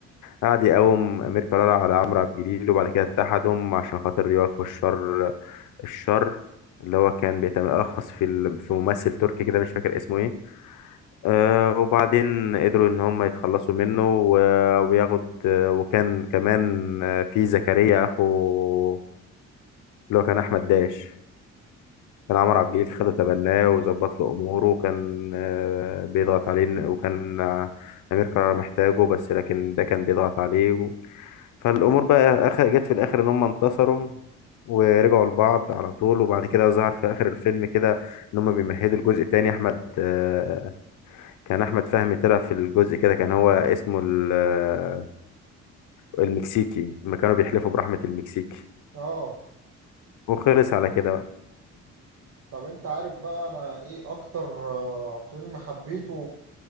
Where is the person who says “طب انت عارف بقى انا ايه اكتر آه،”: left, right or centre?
Right